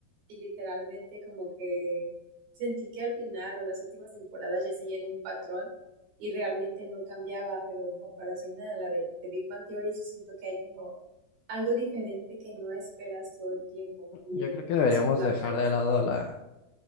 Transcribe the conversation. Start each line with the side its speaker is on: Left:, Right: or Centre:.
Right: y literalmente como que sentí que al final o las últimas temporadas ya seguían un patrón y realmente no cambiaba, pero en comparación a la de, de Big Bang Theory, sí siento que hay como algo diferente que no esperas todo el tiempo y
Left: Yo
Right: en
Left: creo
Right: comparación
Left: que deberíamos
Right: de la
Left: dejar
Right: otra, yo,
Left: de lado a la,